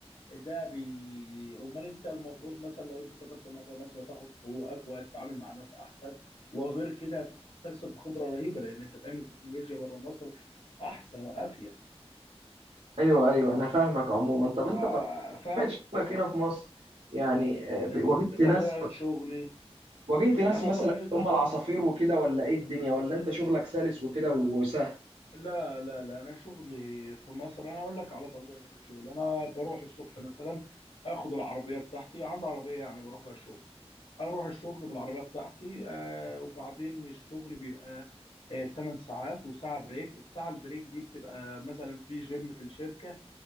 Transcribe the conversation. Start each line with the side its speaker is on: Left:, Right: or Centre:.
Left: ده بي... امال انت المفروض مثلا لو انت سافرت مره مصر هتاخد حقوقك وهتتعامل مع ناس احسن وغير كده هتكسب تكسب خبره رهيبه لان انت فاهم التكنولوجيا بره مصر احسن وافيد
Right: ايوه ايوه انا فاهمك عموما طب
Left: ع-
Right: انت طبيعه
Left: ف
Right: شغلك هنا في مصر يعني آه، ب-
Left: ط-
Right: واجهت
Left: طبيعة
Right: ناس
Left: شغلي
Right: واجهت ناس
Left: أنا
Right: مثلا
Left: طبيعة
Right: هم العصافير وكده ولا ايه الدنيا ولا انت شغلك سلس وكده وسهل
Left: لا لا لا أنا شغلي في مصر أنا أقول لك على طبيعة شغلي أنا بروح الصبح مثلا آخد العربية بتاعتي عندي عربية يعني بروح بها الشغل أروح الشغل بالعربية بتاعتي آه وبعدين الشغل بيبقى آه 8 ساعات وساعة بريك الساعة البريك دي بتبقى مثلا في جيم في الشركة